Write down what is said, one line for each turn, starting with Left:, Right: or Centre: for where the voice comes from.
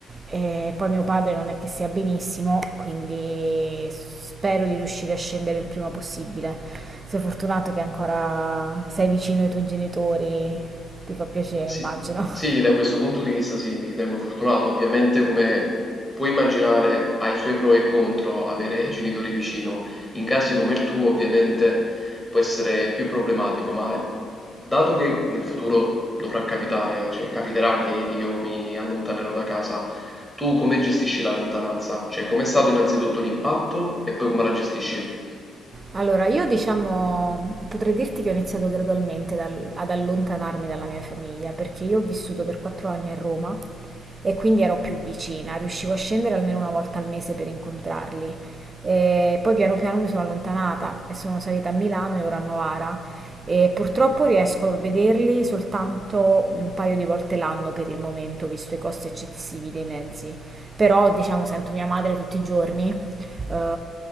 Right: E poi mio padre non è che sia benissimo, quindi spero di riuscire a scendere il prima possibile. Sei fortunato che ancora sei vicino ai tuoi genitori, ti fa piacere,
Centre: Sì,
Right: immagino.
Centre: sì, da questo punto di vista sì, mi ritengo fortunato. Ovviamente, come puoi immaginare, ha i suoi pro e contro avere i genitori vicino. In casi come il tuo, ovviamente, può essere più problematico, ma dato che nel futuro dovrà capitare, cioè capiterà che io mi allontanerò da casa, tu come gestisci la lontananza? Cioè, com'è stato innanzitutto l'impatto e poi come la gestisci?
Right: Allora, io diciamo, potrei dirti che ho iniziato gradualmente dal- ad allontanarmi dalla mia famiglia, perché io ho vissuto per quattro anni a Roma e quindi ero più vicina, riuscivo a scendere almeno una volta al mese per incontrarli. E poi piano piano mi sono allontanata e sono salita a Milano e ora a Novara e purtroppo riesco a vederli soltanto un paio di volte l'anno per il momento, visto i costi eccessivi dei mezzi. Però, diciamo, sento mia madre tutti i giorni eh,